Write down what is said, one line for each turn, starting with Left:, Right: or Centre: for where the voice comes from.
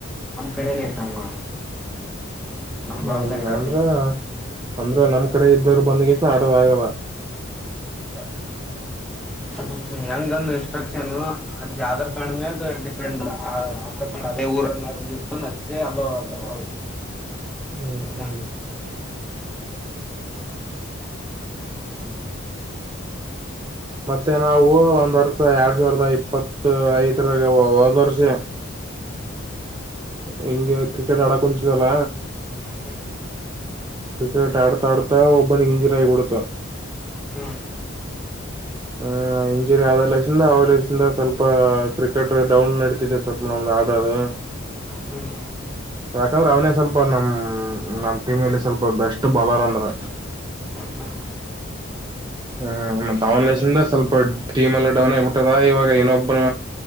Centre: ನಮ್ ಕಡೆನೇ ಇಟ್ಟಮ್ಮ ನಮ್
Right: ಹ್ಮ್
Centre: ಭಾಗದಲ್ಲಿ ಇಟ್ಟೆ
Right: ಅಂದ್ರ <unintelligible> ಅಂದ್ರ ನಮ್ ಕಡೆ ಇದ್ದರು ಬಂದ್ಗೆಸ ಆಡವ ಆಗಲ್ಲ
Centre: ಹ್ಮ ಎಲ್ಲ <unintelligible> ಅದು ಇಷ್ಟ್ರಕ್ಷ ಅದು ಜಾರಾಣ <unintelligible> ಅದಕ್ ಅದೇ ಊರನ್ನತ್ತು ಅಷ್ಟೇ ಅಲ್ಲ ಒ <unintelligible>
Right: ಹ್ಮ್
Centre: ತ <unintelligible>
Right: ಹ್ಮ್
Centre: <inaudible> ಹ್ಮ <unintelligible> <inaudible>
Right: ಮತ್ತೆ ನಾವು ಒಂದ್ ವರ್ಸ ಎರಡ್ ಸಾವಿರದ ಇಪ್ಪ <unintelligible> ಇಪ್ಪತ್ತು ಐದರಗ ಹೊದರ್ಸೆ ಹಿಂಗೆ ಕ್ರಿಕೆಟ್ ಆಡಕ್ ಕುಂತಿದಲ್ಲ.
Centre: ಹ್ಮ್
Right: ಕ್ರಿಕೆಟ್ ಆಡ್ತಾ ಆಡ್ತಾ ಒಬ್ಬನಿಗೆ ಇಂಜರಿ ಆಗಿಬಿಡತ
Centre: ಹ್ಮ್
Right: ಆ ಇಂಜುರಿ ಆದ ಲಲೆಸಿಂದ ಲಲೆೈಸಿಂದ ಸ್ವಲ್ಪ ಕ್ರಿಕೆಟ್ ಡೌನ್ ನಡತಿದೆ ಸ್ವಲ್ಪ ಮಾ ಡ್ರಾವೆ
Centre: ಹ್ಮ್
Right: ಯಾಕಂದ್ರೆ ಅವನೇ ಸ್ವಲ್ಪ ನಮ್ ನಮ್ ಟೀಮಲ್ಲಿ ಸ್ವಲ್ಪ ಬೆಸ್ಟ್ ಬಾಲರ್ ಅಂದ್ರ.
Centre: ಹ್ಮ್ ಹ್ಮ್
Right: ಹಾ ತಾವನ್ ದಸಿಂದ ಸ್ವಲ್ಪ ಟೀಮ ಎಲ್ಲ ಡೌನ್ ಆಗ್ಬಿಟ್ಟದ ಇವಾಗ ಇನೊಬ್ಬನ